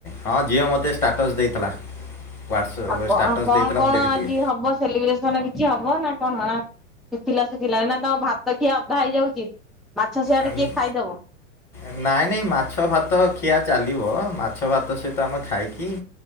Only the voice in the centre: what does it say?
ଆଉ କଣ
କଣ
କଣ
ଆଜି ହବ ସେଲିବ୍ରେସନ କି କିଛି ହବ ନା କଣ କ ନା ଶୁଖିଲା ଶୁଖିଲା ନା ତମ ଭାତ ଖିଆ ଅଧା ହେଇଯାଉଚି। ମାଛ ସିଆଡେ
କିଏ ଖାଇଦବ?